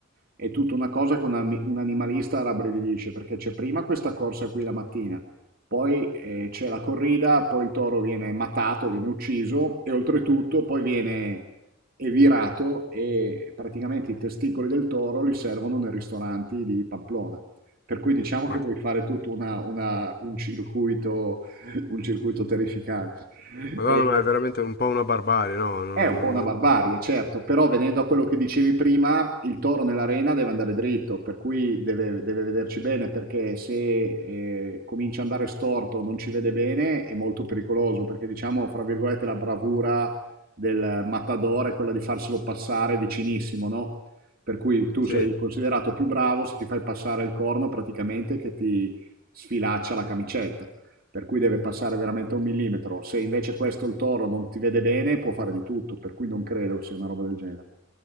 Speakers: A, on the right (about 45°); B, on the left (about 50°).
A: è tutta una cosa che una- un animalista rabbrividisce. Perché c'è prima questa corsa qui la mattina, poi eh, c'è la corrida, poi il toro viene matato, viene ucciso, e oltretutto poi viene evirato. E praticamente i testicoli del toro li servono nei ristoranti di Pamplona. Per cui diciamo che
B: Ma,
A: puoi fare tutto una una un circuito un circuito terrificante.
B: Madonna,
A: E
B: ma è veramente un po' una barbarie, no? Non-
A: è un
B: non-
A: po' una
B: non-
A: barbarie, certo, però venendo a quello che dicevi prima, il toro nell'arena deve andare dritto, per cui deve, deve vederci bene, perché se eh, comincia ad andare storto, non ci vede bene, è molto pericoloso, perché diciamo, fra virgolette, la bravura del matador è quella di farselo passare vicinissimo, no? Per cui tu
B: Sì,
A: sei considerato più bravo se ti fai passare il corno praticamente che ti sfilaccia la camicetta per cui deve passare veramente un millimetro. Se invece questo il toro non ti vede bene, può fare di tutto, per cui non credo sia una roba del genere.